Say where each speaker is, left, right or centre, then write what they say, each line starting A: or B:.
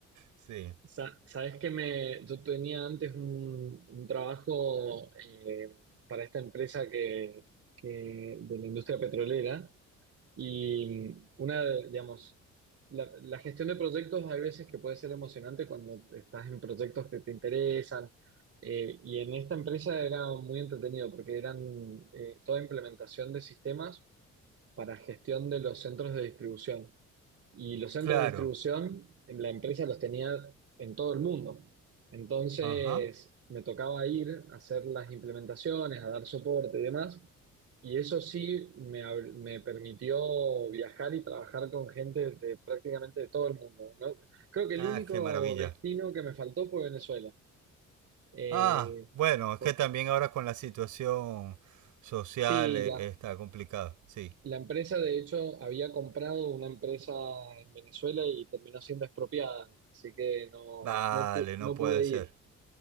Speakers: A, on the right (about 85°); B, on the right (about 50°).
A: Sí,
B: Sa- Sabes que me, yo tenía antes un, un trabajo eh, para esta empresa que, que- de la industria petrolera y una, de- digamos, la, la gestión de proyectos hay veces que puede ser emocionante cuando estás en proyectos que te interesan eh, y en esta empresa era muy entretenido porque eran eh, toda implementación de sistemas para gestión de los centros de distribución. Y los centros
A: claro.
B: de distribución, en la empresa los tenía en todo el mundo. Entonces,
A: Ajá.
B: me tocaba ir a hacer las implementaciones, a dar soporte y demás. Y eso sí me, ab- me permitió viajar y trabajar con gente de prácticamente de todo el mundo, ¿no? Creo que el
A: Ah,
B: único
A: qué maravilla.
B: destino que me faltó fue Venezuela. Eh,
A: Ah, bueno, es
B: porque,
A: que también ahora con la situación social
B: sí,
A: eh,
B: la,
A: está complicada, sí.
B: La empresa, de hecho, había comprado una empresa en Venezuela y terminó siendo expropiada, así que no,
A: Vale,
B: no, pu-
A: no
B: no
A: puede
B: pude
A: ser,
B: ir,